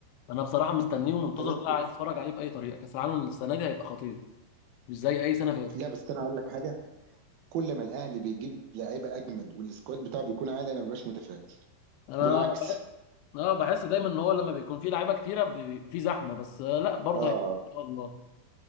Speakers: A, on the left; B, on the right.
A: انا بصراحه مستنيه
B: انت
A: ومنتظر
B: بس
A: بقى عايز اتفرج عليه باي طريقه كاس العالم السنه دي هيبقى خطير مش زي اي سنه فاتت
B: لا بس انا اقول لك حاجه كل ما الاهلي بيجيب لعيبه اجمد والسكواد بتاعه بيكون عالي انا ما ببقاش متفائل
A: انا
B: والعكس
A: بح... اه بحس دايما ان هو لما بيكون فيه لعيبه كتيره بي- بيبقى فيه زحمه بس آه، لا برضه
B: اه
A: هي- ان شاء الله